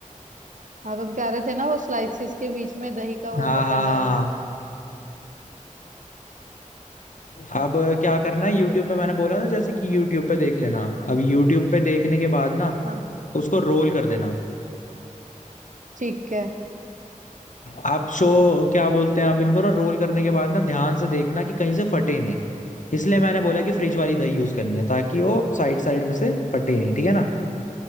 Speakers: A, on the right; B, on the left.
A: हाँ तुम कह रहे थे ना वो स्लाइसिस के बीच में दही का वो
B: हाँ
A: बैटर
B: हाँ हाँ
A: डालना
B: हाँ।
A: है
B: हाँ। अब क्या करना है यूट्यूब पे मैंने बोला ना जैसे कि यूट्यूब पे देख लेना अब यूट्यूब पे देखने के बाद ना
A: हाँ
B: उसको रोल कर देना
A: ठीक है
B: अब शो क्या बोलते हैं अब इनको ना रोल करने के बाद ना ध्यान से देखना कि कहीं से फटे नहीं इसलिए मैंने बोला कि फ्रिज वाली दही यूज करनी है ताकि वो साइड साइड में से फटे नहीं ठीक है ना